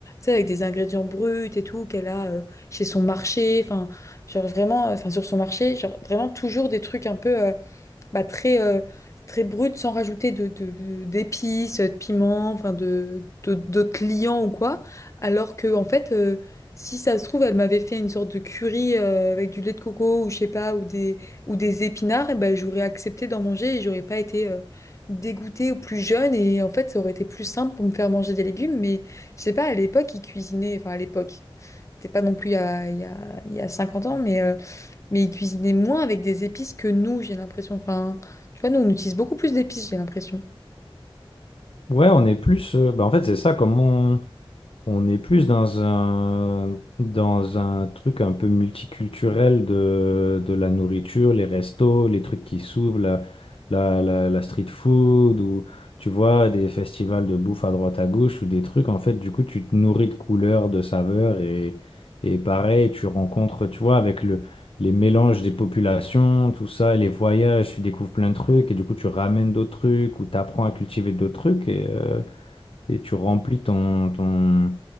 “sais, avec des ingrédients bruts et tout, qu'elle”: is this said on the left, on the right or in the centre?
Left